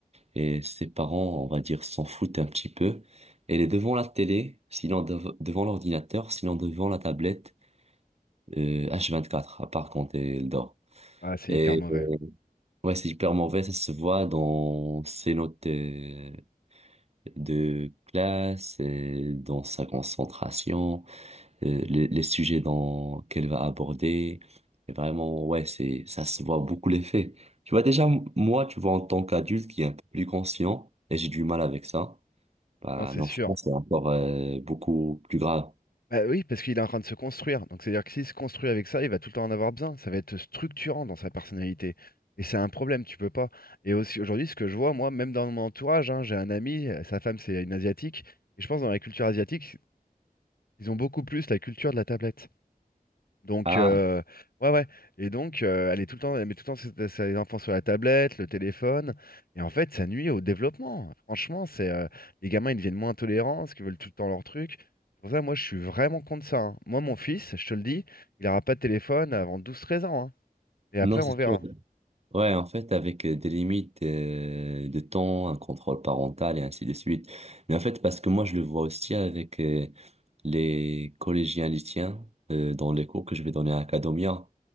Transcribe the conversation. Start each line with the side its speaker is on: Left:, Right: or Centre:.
Right: et ses parents, on va dire, s'en foutent un petit peu. Elle est devant la télé, sinon dev- devant l'ordinateur, sinon devant la tablette, euh, h quatre à part quand elle dort.
Left: Ah, c'est
Right: Et
Left: hyper mauvais.
Right: euh, ouais, c'est hyper mauvais, ça se voit dans ses notes euh, de classe, et dans sa concentration, euh, les, les sujets dans, qu'elle va aborder. Et vraiment, ouais, c'est, ça se voit beaucoup l'effet. Tu vois, déjà, m- moi, tu vois, en tant qu'adulte qui est un peu plus conscient, et j'ai du mal avec ça. Bah,
Left: Non, c'est
Right: en
Left: sûr.
Right: France, c'est encore euh, beaucoup plus grave.
Left: Bah oui, parce qu'il est en train de se construire. Donc c'est-à-dire que s'il se construit avec ça, il va tout le temps en avoir besoin. Ça va être structurant dans sa personnalité. Et c'est un problème, tu peux pas. Et aussi aujourd'hui, ce que je vois, moi, même dans mon entourage, hein, j'ai un ami, euh, sa femme, c'est une asiatique. Et je pense dans la culture asiatique, ils ont beaucoup plus la culture de la tablette. Donc,
Right: Ah,
Left: euh, ouais, ouais. Et donc, euh, elle est tout le temps, elle met tout le temps ses, ses enfants sur la tablette, le téléphone. Et en fait, ça nuit au développement. Franchement, c'est euh, les gamins, ils deviennent moins tolérants parce qu'ils veulent tout le temps leur truc. C'est pour ça, moi, je suis vraiment contre ça. hein. Moi, mon fils, je te le dis, il n'aura pas de téléphone avant douze treize ans. hein. Et après,
Right: non,
Left: on
Right: c'est
Left: verra.
Right: sûr. Ouais, en fait, avec euh, des limites euh, de temps, un contrôle parental et ainsi de suite. Mais en fait, parce que moi, je le vois aussi avec euh, les collégiens lycéens euh, dans les cours que je vais donner à Academia.